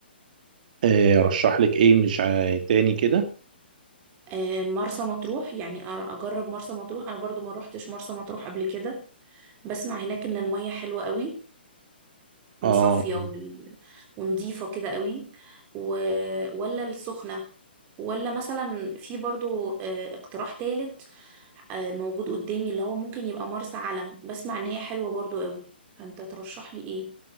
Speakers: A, on the right; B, on the right.
A: آه رشح لك ايه مش عاي- تاني كده
B: آه، مرسى مطروح يعني أر- اجرب مرسى مطروح انا برضو ما روحتش مرسى مطروح قبل كده بسمع هناك ان المية حلوة قوي
A: اه
B: وصافية
A: آه.
B: وال... ونضيفة كده قوي و... ولا السخنة ولا مثلا في برضو آه، اقتراح تالت آه، موجود قدامي اللي هو ممكن يبقى مرسى علم بسمع ان هي حلوة برضو قوي فانت ترشح لي ايه